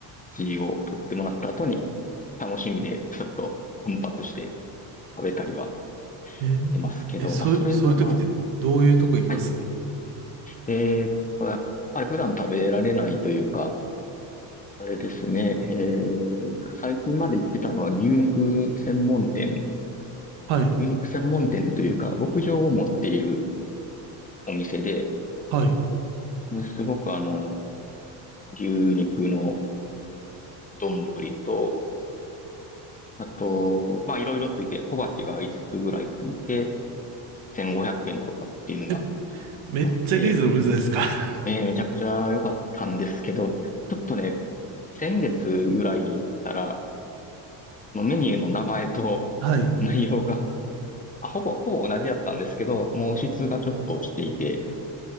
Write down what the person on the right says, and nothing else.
えーえ、
そう、
そういう時ってどういうとこ行きます
はい。
はい。
え、めっちゃリーズムじゃないですか。
<laughs>
はい。